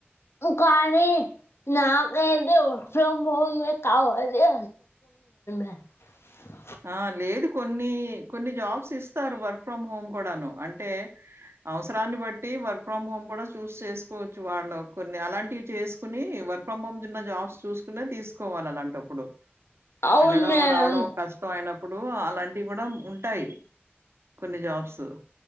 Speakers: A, on the left; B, on the right.
A: కానీ నాక్ అయితే వర్క్ ఫ్రమ్ హోమ్ ఏ కావాలె <unintelligible> <inaudible>
B: ఆ లేదు కొన్ని కొన్ని జాబ్స్ ఇస్తారు. వర్క్ ఫ్రం హోమ్ కూడాను అంటే అవసరాన్ని బట్టి వర్క్ ఫ్రమ్ హోమ్ కూడా చూస్ చేసుకోవచ్చు వాళ్ళ కొన్ని అలాంటివి చేసుకుని వర్క్ ఫ్రమ్ ఉన్న జాబ్స్ చూసుకునే తీసుకోవాలి అలాంటప్పుడు
A: అవును
B: వెళ్ళడం
A: మేడం
B: రావడం కష్ టం అయినప్పుడు అలాంటివి కూడ ఉంటాయి కొన్ని జాబ్స్